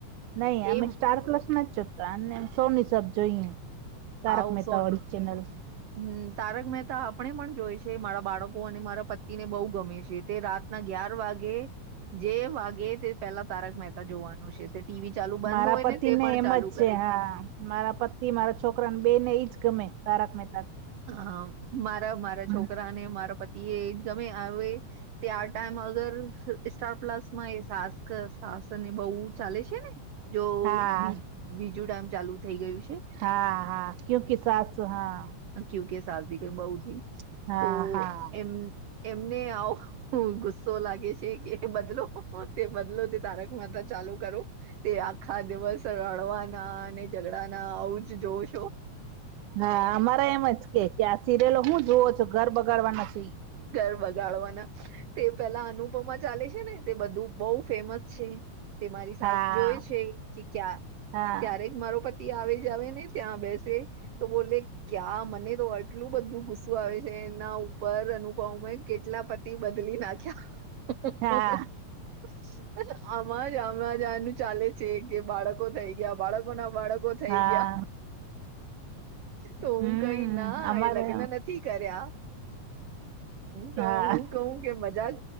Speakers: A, on the right (about 85°); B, on the right (about 65°).
A: નઈ અમે
B: એમ
A: સ્ટાર પ્લસ માં. રાનને સોની સાબ જોઈએ, તારક
B: હાઉસ
A: મહેતા
B: ઓન
A: વાળી ચેનલ.
B: હમ, તારક મહેતા આપણે પણ જોઈ છે, મારા બાળકો અને મારા પ તી ને બહુ ગમે છે, તે રાતના અગિયાર વાગે. જે વાગે તે પેહલા તારક મહેતા જોવાનું છે. ટીવી ચાલુ બંધ
A: મારા
B: હોય
A: પતિ
B: તે
A: ને
B: પણ
A: એમ
B: ચાલુ
A: જ છે,
B: કરે
A: હા. મારા પતિ મારા છોકરાને બે ને ઈજ ગમે તારક મહેતા.
B: હ, મારા મારા
A: હમ
B: છોકરા ને, મારા પતિ એ આજ ગમે આવે. ત્યાર ટાઈમ અગર સ સ્ટાર પ્લસમાં સાસક સાસ અને બહુ ચાલે છે ને. જો
A: હા
B: બી બીજું ટાઈમ ચાલુ થઈ ગયું છે.
A: હા, હા, ક્યુકી સાસ હા.
B: ક્યૂકે સસભી કભ બહુ થી
A: હા
B: તો
A: હા
B: એમ. એમને આવો ગુસ્સો લાગે છે કે, બદલો. તે બદલો તે તારક માતા ચાલુ કરું તે, આખા દિવસ રડવાના અને ઝઘડા ના આવું જ જો છો.
A: હા, અમારા એમ જ કે, કે આ સિરિયલો હું જોવ છું, ઘર બગાડવાના છે.
B: ઘર બગાડવાના. તે પેલા અનુપમા ચાલે છે ને, તે બધું બહુ ફેમસ છે. તે મારી સાસ
A: હા
B: જોય છે કે, ક્યા
A: હા
B: ક્યારેક મારો પ આવી જાવ ને, ત્યાં બેસે. તો બોલે ક્યાં મને તો આટલું બધું ગુસ્સું આવે છે, એના ઉપર. પમે કેટલા પતિ બદલી ના. આમાં
A: હા
B: અમાં આનું ચાલે. છે કે, બાળકો થઈ ગયા, બાળકો ના બાળકો થઈ
A: હા
B: ગયા. તો હું
A: હમ્મ
B: કઈ ના
A: અમારે
B: એ લગ્ન નથી કર્યા. તો
A: હા
B: હું કઉું કે. મજાક